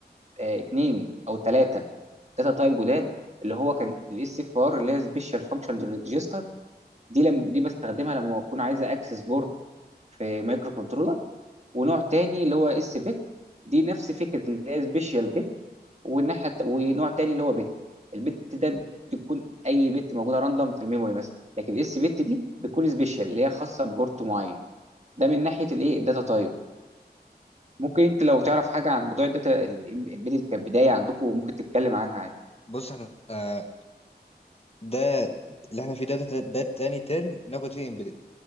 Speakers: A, on the right; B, on the left.
A: آه، اتنين او ثلاثه داتا تايب جداد اللي هو كان الاس اف ار اللي هي سبيشال فانكشن ريجستر دي لم دي بستخدمها لما بكون عايز اكسس بورد في مايكرو كنترولر ونوع تاني اللي هو اس بيت دي نفس فكره اللي هي سبيشال بيت والناحيه الت- ونوع تاني اللي هو بيت البت ده بتكون اي بت موجوده راندوم في الميموري مثلا لكن الاس بت دي بتكون سبيشال اللي هي خاصه ببورت معين ده من ناحيه الايه الداتا تايب ممكن انت لو تعرف حاجه عن موضوع الداتا الامبيدد كبدايه عندكم ممكن تتكلم عنها
B: بص احنا آه، ده اللي احنا فيه ده ده, ده تاني ترم ناخد فيه امبيدد